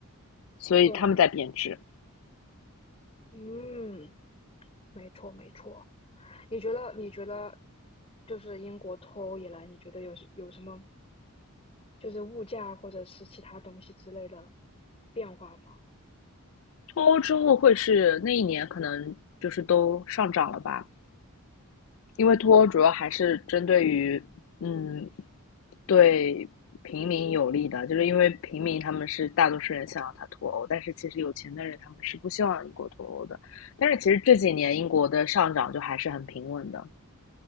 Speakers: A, on the left; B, on the left.
A: 所以他们在贬值。
B: 对，嗯，没错没错。你觉得你觉得就是英国脱欧以来，你觉得有什有什么就是物价或者是其他东西之类的变化吗？
A: 脱欧之后会是那一年可能就是都上涨了吧？因为脱欧主要还是针对于，嗯，对平民有利的，就是因为平民他们是大多数人想要他脱欧，但是其实有钱的人他们是不希望英国脱欧的。但是其实这几年英国的上涨就还是很平稳的。